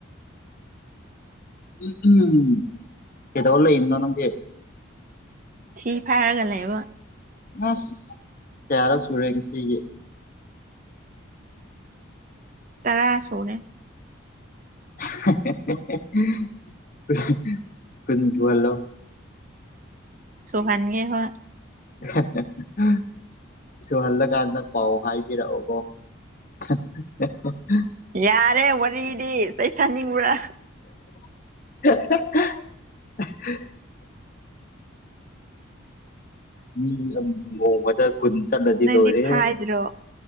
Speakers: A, on the left (about 45°); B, on the right (about 40°).
A: ꯎꯝ ꯎꯝ ꯀꯩꯗꯧ ꯂꯩꯔꯤꯅꯣ ꯅꯪꯗꯤ꯫
B: ꯊꯤ ꯐꯥꯢꯔꯒ ꯂꯩꯕ꯫
A: ꯑꯁ ꯀꯌꯥꯔꯛ ꯁꯨꯔꯦ ꯉꯁꯤꯒꯤ꯫
B: ꯇꯔꯥ ꯁꯨꯔꯦ꯫
A: <unintelligible> ꯀꯨꯟ ꯁꯨꯍꯜꯂꯣ꯫
B: ꯁꯨꯍꯟꯒꯦ ꯍꯣꯏ꯫
A: <unintelligible> ꯁꯨꯍꯜꯂꯀꯥꯟꯗ ꯄꯥꯎ ꯍꯥꯏꯕꯤꯔꯛꯑꯣꯀꯣ <unintelligible>
B: ꯌꯥꯔꯦ ꯋꯥꯔꯤꯗꯤ ꯆꯩ ꯆꯥꯅꯤꯡꯕ꯭ꯔꯥ꯫
A: <unintelligible> ꯃꯤ ꯑꯝ ꯅꯣꯡꯃꯗ ꯀꯨꯟ ꯆꯠꯂꯗꯤ
B: ꯅꯪꯗꯤ
A: ꯂꯣꯏꯔꯦ
B: ꯐꯥꯏꯗ꯭ꯔꯣ